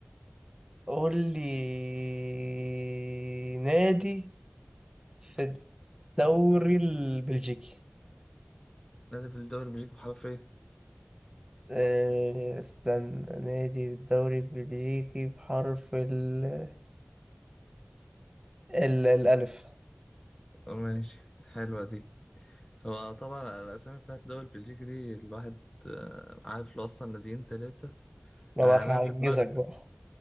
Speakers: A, on the right; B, on the left.
A: قول لي نادي في الدوري البلجيكي
B: نادي في الدوري البلجيكي بحرف ايه؟
A: آه، استنى نادي في الدوري البلجيكي بحرف ال... ال... الألف
B: اه ماشي حلوة دي هو طبعا الأسامي بتاعت الدوري البلجيكي دي الواحد آه، عارف له أصلا ناديين تلاتة
A: لو
B: آه، يعني
A: هعجزك
B: أنا في دماغي
A: بقى